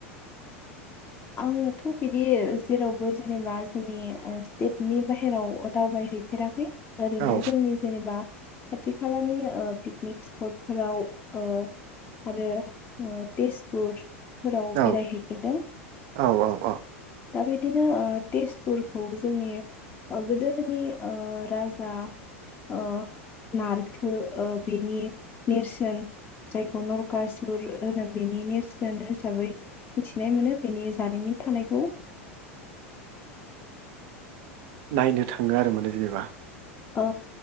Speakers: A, on the left; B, on the right.
A: आङोथ' बिदि जेरावबो जेनेबा जोंनि ओ स्टेटनि बाहेराव दावबाय हैफेराखै। ओरैनो
B: औ
A: जोंनि जेनेबा खाथि खालानि ओ पि कनिक स्पटफोराव ओ आरो ओ तेजपुर फोराव
B: औ
A: बेरायहैफेरदों।
B: औ औ औ
A: दा बिदिनो ओ तेजपुरखौ जोंनि ओ गोदोनि राजा ओ नारखो बेनि नेरसोन जायखौ नरकासुर होनो बेनि नेरसोन हिसाबै मिथिनाय मोनो। बेनि जारिमिन थानायखौ
B: नायनो थाङो आरो माने जेनेबा
A: औ